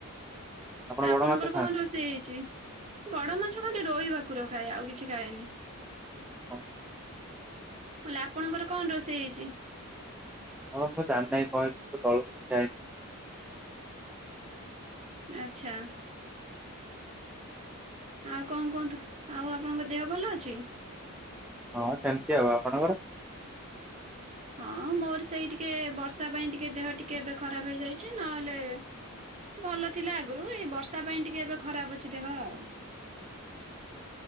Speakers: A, in the centre; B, on the right.
A: ଆପଣ
B: ଆପଣଙ୍କର
A: ବଡ ମାଛ ଖାଆନ୍ତି?
B: କଣ ରୋଷେଇ ହେଇଛି ବଡ ମାଛ ଖାଲି ରୋହି ଭାକୁର ଖାଏ ଆଉ କିଛି ଖାଏନି।
A: ହଁ।
B: ମୁଁ ଆପଣଙ୍କର କଣ ରୋଷେଇ ହେଇଛି।
A: ହଁ ମୁଁ ଜାଣିି ନେହିଁ କଣ ହେଇଚି ତଳକୁ ଯାଇନି।
B: ଆଚ୍ଛା। ଆଉ କଣ କୁହନ୍ତୁ ଆଉ ଆପଣଙ୍କ ଦେହ ଭଲ ଅଛି।
A: ହଁ ସେମିତି ଆଉ ଆପଣଙ୍କର।
B: ହଁ ମୋର ସେଇ ଟିକେ ବର୍ଷା ପାଇଁ ଟିକେ ଦେହ ଟିକେ ଏବେ ଖରାପ ହେଇଯାଇଛି ନହେଲେ ଭଲ ଥିଲା ଆଗରୁ ଏଇ ବର୍ଷା ପାଇଁ ଟିକେ ଏବେ ଖରାପ ଅଛି ଦେହ ଆଉ।